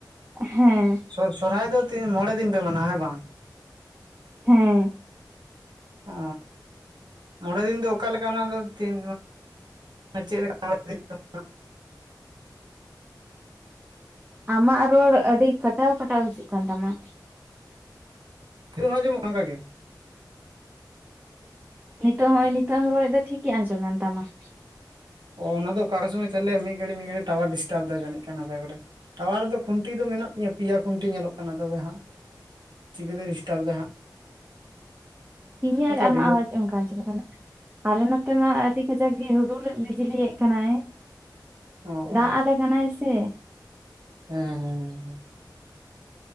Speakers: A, on the right; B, on the right.
A: ᱦᱮᱸ,
B: ᱥᱚ ᱥᱚᱨᱦᱟᱭ ᱫᱚ ᱛᱤᱱ ᱢᱚᱬᱮ ᱫᱤᱱ ᱯᱮ ᱢᱟᱱᱟᱣᱟ ᱦᱮᱸ ᱵᱟᱝ?
A: ᱦᱮᱸ ᱾
B: ᱚ, ᱢᱚᱬᱮ ᱫᱤᱱ ᱫᱚ ᱚᱠᱟᱞᱮᱠᱟ ᱚᱱᱟ ᱫᱚ ᱛᱤᱱ ᱚᱱᱟ ᱪᱮᱫ ᱞᱮᱠᱟ <unintelligible>
A: ᱟᱢᱟᱜ ᱨᱚᱲ ᱟᱹᱰᱤ ᱠᱟᱴᱟᱣ ᱠᱟᱴᱟᱣ ᱦᱤᱡᱩᱜ ᱠᱟᱱ ᱛᱟᱢᱟ ᱾
B: ᱯᱷᱤᱨ ᱦᱚᱸ ᱟᱸᱡᱚᱢᱚᱜ ᱠᱟᱱᱟ ᱚᱝᱠᱟ ᱜᱮ?
A: ᱱᱤᱛᱚᱜ ᱦᱚᱜᱼᱚᱭ ᱱᱤᱛᱚᱜ ᱮᱢ ᱨᱚᱲᱮᱫ ᱫᱚ ᱴᱷᱤᱠ ᱜᱮ ᱟᱸᱡᱚᱢᱮᱱ ᱛᱟᱢᱟ ᱾
B: ᱚ, ᱚᱱᱟ ᱫᱚ ᱚᱠᱟ ᱠᱚ ᱥᱚᱢᱚᱭ ᱛᱟᱦᱚᱞᱮ ᱢᱤᱫ ᱜᱷᱟᱲᱤ ᱢᱤᱫ ᱜᱷᱟᱲᱤ ᱴᱟᱣᱟᱨ ᱰᱤᱥᱴᱟᱵ ᱫᱟᱭ ᱡᱟᱱᱤᱡ ᱠᱷᱟᱱ ᱟᱥᱟ ᱠᱚᱨᱮ ᱾ ᱴᱟᱣᱟᱨ ᱨᱮᱫᱚ ᱠᱷᱩᱱᱴᱤ ᱫᱚ ᱢᱮᱱᱟᱜ ᱛᱤᱧᱟ ᱯᱮᱭᱟ ᱠᱷᱩᱱᱴᱤ ᱧᱮᱞᱚᱜ ᱠᱟᱱᱟ ᱾ ᱛᱚᱵᱮ ᱦᱟᱸᱜ ᱪᱤᱠᱟᱹᱛᱮ ᱰᱤᱥᱴᱟᱯ ᱫᱟᱭ ᱦᱟᱸᱜ?
A: ᱤᱧᱟᱹᱜ ᱨᱮ ᱟᱢᱟᱜ
B: ᱨᱤᱢᱤᱞ
A: ᱟᱣᱟᱡᱽ ᱚᱝᱠᱟ ᱟᱸᱡᱚᱢᱚᱜ ᱠᱟᱱᱟ ᱾ ᱟᱨᱮ ᱱᱚᱛᱮ ᱢᱟ ᱟᱰᱤ ᱠᱟᱡᱟᱠ ᱜᱮ ᱦᱩᱰᱩᱨᱮᱜ ᱵᱤᱡᱽᱞᱤᱭᱮᱫ ᱠᱟᱱᱟᱭ ᱾
B: ᱚ
A: ᱫᱟᱜ
B: ᱚ
A: ᱟᱞᱮ ᱠᱟᱱᱟᱭ ᱥᱮ ᱾
B: ᱦᱮᱸ ᱦᱮᱸ ᱦᱮᱸ ᱾